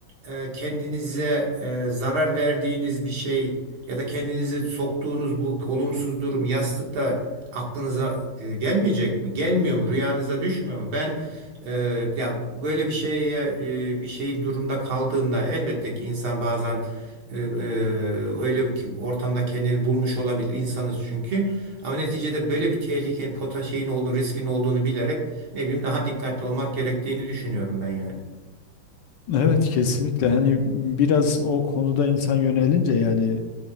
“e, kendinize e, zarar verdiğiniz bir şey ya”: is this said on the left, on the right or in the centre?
Right